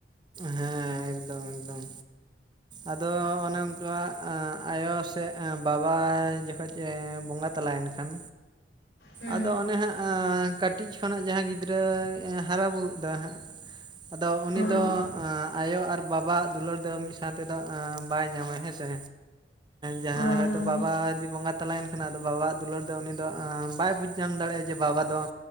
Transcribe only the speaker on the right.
ᱦᱮᱸ ᱮᱠᱫᱚᱢ ᱮᱠᱫᱚᱢ᱾ ᱟᱫᱚ ᱚᱱᱮ ᱚᱱᱠᱟ ᱟᱭᱳ ᱥᱮ ᱵᱟᱵᱟ ᱡᱚᱠᱷᱚᱡ ᱵᱚᱸᱜᱟ ᱛᱟᱞᱟᱭᱮᱱ ᱠᱷᱟᱱ
ᱟᱫᱚ ᱚᱱᱮ ᱦᱟᱸᱜ ᱠᱟᱹᱴᱤᱡ ᱠᱷᱚᱱᱟᱜ ᱡᱟᱦᱟᱸ ᱜᱤᱫᱽᱨᱟᱹ ᱦᱟᱨᱟ ᱵᱩᱨᱩᱜ ᱫᱚ ᱦᱟᱸᱜ ᱟᱫᱚ ᱩᱱᱤ
ᱫᱚ ᱟᱭᱳ ᱟᱨ ᱵᱟᱵᱟᱣᱟᱜ ᱫᱩᱞᱟᱹᱲ ᱫᱚ ᱢᱤᱫ ᱥᱟᱶ ᱛᱮᱫᱚ ᱵᱟᱭ ᱧᱟᱢᱟ, ᱦᱮᱸᱥᱮ? ᱡᱟᱦᱟᱸᱭ
ᱦᱚᱭᱛᱳ
ᱵᱟᱵᱟ ᱡᱩᱫᱤ ᱵᱚᱸᱜᱟ ᱛᱟᱞᱟᱭᱮᱱ ᱠᱷᱟᱱ ᱟᱫᱚ ᱵᱟᱵᱟᱣᱟᱜ ᱫᱩᱞᱟᱹᱲ ᱫᱚ ᱩᱱᱤ ᱫᱚ ᱵᱟᱭ ᱵᱩᱡᱽ ᱧᱟᱢ ᱫᱟᱲᱮᱭᱟᱜᱼᱟ ᱡᱮ ᱵᱟᱵᱟ ᱫᱚ